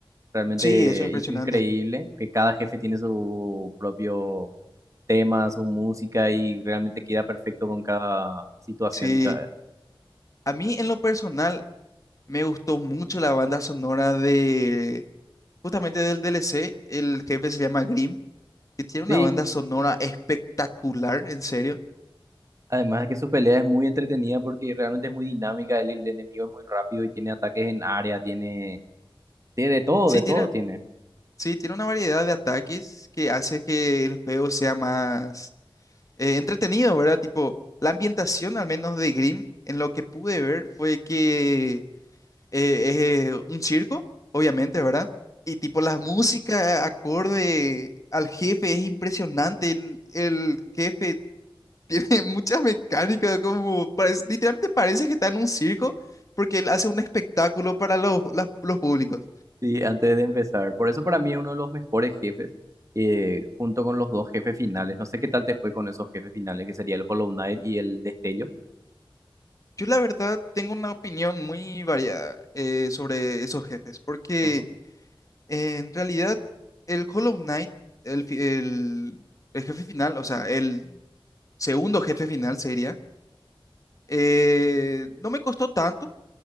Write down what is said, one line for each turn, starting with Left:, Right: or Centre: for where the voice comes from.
Right: realmente
Left: sí, eso es Sí. impresionante,
Right: i- increíble, que cada jefe tiene su propio temas o música y realmente queda perfecto con cada situación
Left: sí.
Right: y cada...
Left: A mí en lo personal, Me gustó mucho la banda sonora de justamente del DLC. El jefe se llama Grimm, que tiene una
Right: Sí,
Left: banda sonora espectacular, en serio.
Right: además de que su pelea es muy entretenida porque realmente es muy dinámica, el, el enemigo es muy rápido y tiene ataques en área, tiene... tiene de todo,
Left: Sí,
Right: de
Left: tiene,
Right: todo tiene.
Left: sí, tiene una variedad de ataques que hace que el juego sea más eh, entretenido, ¿verdad? Tipo, la ambientación, al menos de Grimm, en lo que pude ver, fue que eh, es un circo, obviamente, ¿verdad? Y tipo, la música acorde al jefe es impresionante. El, el jefe Tiene <laughs> muchas mecánicas, como parece, literalmente parece que está en un circo porque él hace un espectáculo para los, las- los públicos.
Right: Sí, antes de empezar. Por eso para mí es uno de los mejores jefes, eh, junto con los dos jefes finales. No sé qué tal te fue con esos jefes finales, que sería el Hollow Knight y el Destello.
Left: Yo la verdad tengo una opinión muy variada eh, sobre esos jefes, porque
Right: Ujú.
Left: eh, en realidad el Hollow Knight, el, fi- el, el jefe final, o sea, el segundo jefe final sería, eh, no me costó tanto.